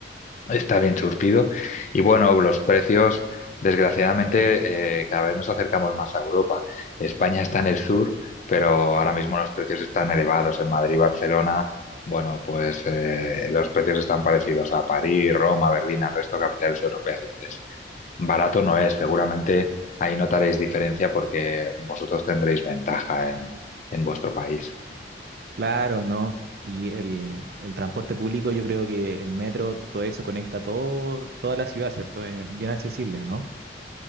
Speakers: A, on the left; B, on the right.
A: Está bien surtido. Y bueno, los precios, desgraciadamente, eh, cada vez nos acercamos más a Europa. España está en el sur, pero ahora mismo los precios están elevados. En Madrid, Barcelona, bueno, pues eh, los precios están parecidos a París, Roma, Berlín, al resto de capitales europeas. Entonces, barato no es. Seguramente ahí notaréis diferencia porque vosotros tendréis ventaja en, en vuestro país.
B: Claro, ¿no? Y el, el transporte público, yo creo que el metro, todo eso conecta todo, toda la ciudad, ¿cierto? Es bien accesible, ¿no?